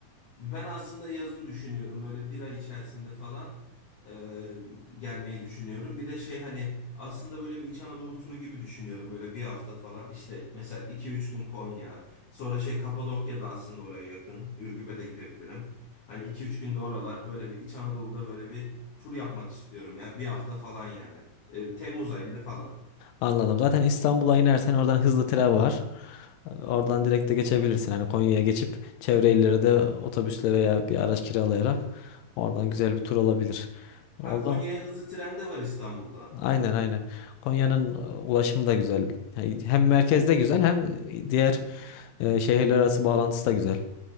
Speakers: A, on the left; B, on the left.
A: Ben aslında yazın düşünüyorum böyle bir ay içerisinde falan e, gelmeyi düşünüyorum. Bir de şey hani aslında böyle bir İç Anadolu turu gibi düşünüyorum böyle bir hafta falan İşte mesela iki üç gün Konya sonra şey Kapadokya da aslında oraya yakın Ürgüp'e de gidebilirim. Hani iki üç günde oralar böyle bir İç Anadolu'da böyle bir tur yapmak istiyorum ya bir hafta falan yani E, Temmuz ayında falan.
B: Anladım. Zaten İstanbul'a inersen oradan hızlı tren var. Oradan direkt de geçebilirsin. Hani Konya'ya geçip çevre illere de otobüsle veya bir araç kiralayarak oradan güzel bir tur olabilir. Oldu
A: Ha Konya'ya
B: mu?
A: hızlı tren de var İstanbul'dan.
B: Aynen aynen. Konya'nın e, ulaşımı da güzel. Yani Hem merkezde güzel hem diğer e, şehirler arası bağlantısı da güzel.